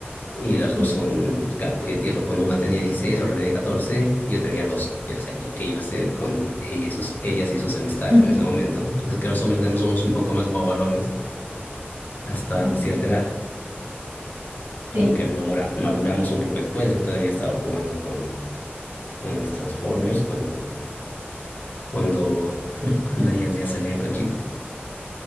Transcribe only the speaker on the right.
Sí,
<laughs>
sí
sí,